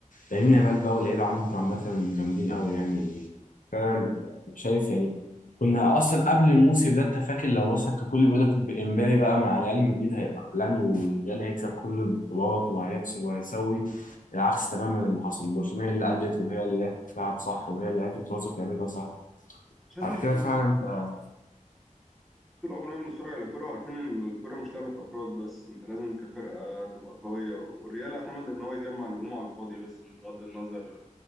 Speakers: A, on the left (about 80°); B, in the centre.
A: لامين يامال بقى واللعيبه عندكم عامه جامدين قوي يعني فعلا بت- شايف يعني كنا اصلا قبل الموسم ده انت فاكر لو مثلا كان كل بيقول لك امبابي بقى مع ريال مدريد هيبقى عالمي والريال هيكسب كل البطولات وهيحصل وهيسوي العكس تماما اللي حصل برشلونه هي اللي ادت وهي اللي لعبت تلعب صح وهي اللي عرفت توظف لعبتها صح
B: عشان
A: على
B: انت
A: كده فعلا انت
B: طول عمرنا بنتفرج على الكورة وعارفين إن الكورة مش لعبة أفراد بس أنت لازم كفرقة تبقى قوية والريال اعتمد إن هو يجمع نجوم على الفاضي بس بغض النظر